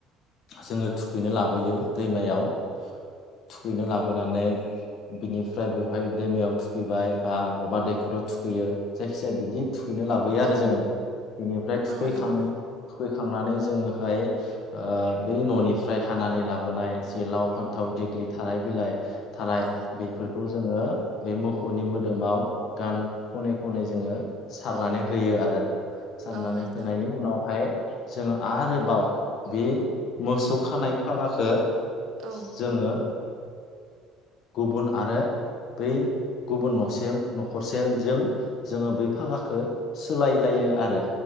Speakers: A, on the left; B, on the right.
A: जोङो थुखैनो लाबोयो दैमायाव थुखैनो लाबोनानै बिनि फ्राय बेवहाय दैमायाव थुखैबाय बा बबेबा दैखराव थुखैयो जायखि जाया बिदि थुखैनोना लाबो दुगैयो आरो
B: औ
A: जोङो बेनिफ्राय थुखैखां
B: औ नोंथां
A: थुखैखांनानै जोङोहाय आ बै न'निफ्राय हानानै लाबोनाय जेलाव फान्थाव देग्लि थाराइ बिलाइ थालाय
B: औ
A: बे बेखौ जोङो बे मोसौनि मोदोमाव गान खनै खनै जोङो सारनानै
B: औ
A: होयो आरो सारनानै
B: औ नोंथां
A: होनायनि उनावहाय जोङो आरोबाव बे मोसौ खानाय फागाखौ
B: औ
A: जोङो गुबुन आरो बै गुबुन न'से न'खरसे जों जोङो बै फागाखो सोलाय लायो आरो